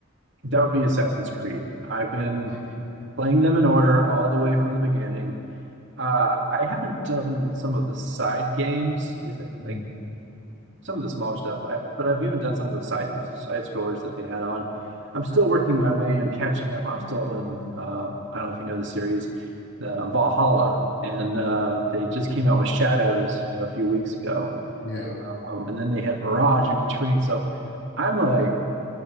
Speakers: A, on the right (about 55°); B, on the left (about 65°).
A: that would be Assassin's Creed. I've been
B: Mm,
A: playing them in order all the way from the beginning. Uh, I haven't done some of the side games, at least I
B: mm,
A: think some of the smaller stuff. I, but I've even done some of the side side scrollers that they had on. I'm still working my way on catching up. I'm still in. Uh, I don't know if you know the series, the Valhalla, and uh, they just
B: mm.
A: came out with Shadows a few weeks ago,
B: Yeah,
A: um, and then they had Mirage in between. So I'm like,